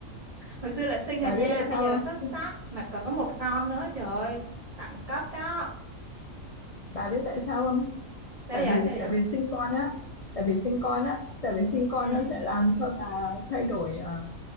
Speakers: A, on the right (about 30°); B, on the left (about 70°).
A: hồi xưa là xinh rồi
B: bà
A: nha
B: biết tại
A: bây
B: sao
A: giờ
B: không
A: là xuất sắc mà còn có một con nữa trời ơi đẳng cấp đó
B: bà biết tại sao không
A: sao
B: tại
A: vậy
B: vì
A: sao vậy
B: tại vì sinh con á tại vì sinh con á tại vì sinh con
A: ừ
B: nó sẽ làm cho bà thay đổi ờ,